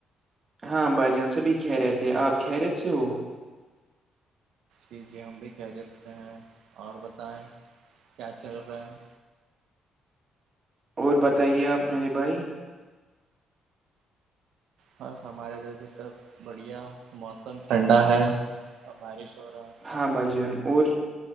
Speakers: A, on the right; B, on the right.
A: ہاں بھائی جان سبھی کہ رہے تھے آپ کھہ رہے تھ سے ہو
B: جی جی ہم بھی کہہ دیتے ہیں اور بتائیں کیا چل رہا ہے
A: اور بتائیے آپ میرے بھائی
B: بس ہمارے ادھر بھی سب بڑھیا موسم ٹھنڈا ہے اور بارش ہو رہا ہے
A: ہاں بھائی جان اور